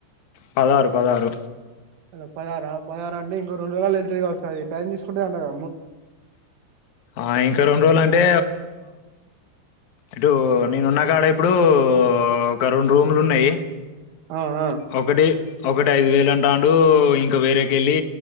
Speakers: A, on the left (about 60°); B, on the right (about 80°).
A: పదహారు పదహారు
B: లా పదహారు పదహారు అంటే ఇంకో రెండు రోజుల లో వెళ్తతి కావచ్చు అది టైం తీసుకుంటది అంటగా
A: ఆ ఇంకా రెండు రోజులు అంటే ఇటు నేనున్నా కాడ ఇప్పుడు ఒక రెండు రూమ్లు ఉన్నాయి
B: ఆ ఆ
A: ఒకటి ఒకటి ఐదు వేలు అంటండు ఇంకా వేరేకెళ్లి